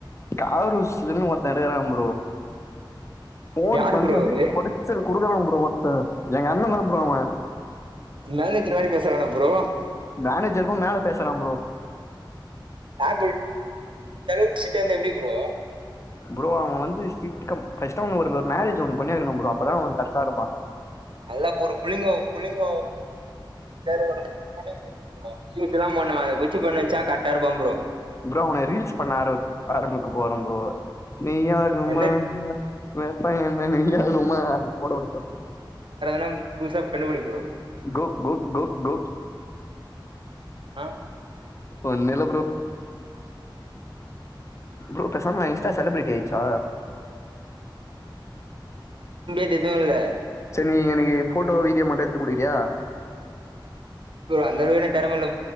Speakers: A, on the left; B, on the right.
A: காருசுன்னு ஒர் த்தகிறா ப்ரோ ஃபோன்
B: யாரு
A: பண்ணி
B: ப்ரோ
A: அப்டியே
B: அவரு
A: கொடச்சல் குடுக்கறா ப்ரோ ஒருத்த எங்கண்ண தா ப்ரோ அவ
B: மேலநெத்த மாதிரி பேசுறானா ப்ரோ
A: மேனேஜருக்கும் மேல பேசுறான் ப்ரோ
B: அப்பு இந்தளவு சி ட்டன் எப்டி ப்ரோ
A: ப்ரோ அவ வந்து சிட்கம் பேசாம இவனுக்கு ஒரு மேரேஜ் ஒன்னு பண்ணி வைக்கணும் ப்ரோ அப்பதான் அவன் கரெக்டா இருப்பான்
B: நல்லாப்ப ஒரு புல்லிங்கோ புல்லிங் ரில்ஸ்தா பண்ணுவே அது குச்சிப நெனைச்சா க க்காருபம்பு
A: ப்ரோ உனை ரீல்ஸ் பண்ண ஆர ஆரம்பிக்க போறம் ப்ரோ நெய்யாகுமா
B: எந்த
A: வேப்ப எண்ண நெய்யாகுமா அது போடடுப்ப
B: ணம் புதுசா கண்டுபிடி ப்ரோ
A: கு கு கு கு
B: ஆ
A: ஒன்னுல்ல ப்ரோ ப்ரோ பேசாம நா இன்ஸ்டா செலிபிரிட்டி ஆயிச்சா
B: எது இல்ல
A: சரி நீ எனக்கு ஃபோட்டோ வீடியோ மட்டு எடுத்து குடிக்றியா
B: ப்ரோ அந்தளவு எனக் தெரமல்ல